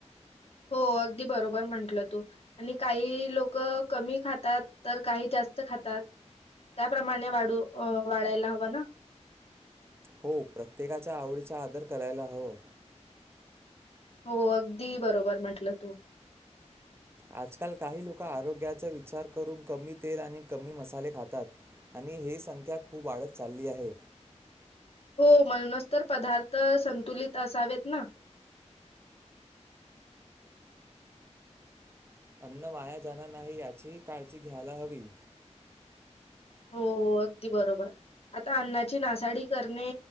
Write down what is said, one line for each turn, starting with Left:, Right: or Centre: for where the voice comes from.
Left: हो अगदी बरोबर म्हंटलं तू आणि काही लोक कमी खातात तर काही जास्त खातात त्याप्रमाणे वाढू वाढायला हवं ना.
Right: हो प्रत्येकाच्या आवडीचा आदर करायला हवां
Left: हो अगदी बरोबर म्हटलं तू.
Right: आजकाल काही लोक आरोग्याचा विचार करून कमी तेल आणि कमी मसाले खातात. आणि ही संख्या खूप वाढत चालली आहे.
Left: हो म्हणूनच तर पदार्थ संतुलित असावेत ना
Right: अन्न वाया जाणार नाही याचीही काळजी घ्यायला हवी
Left: हो अगदी बरोबर आता अन्नाची नासाडी करणे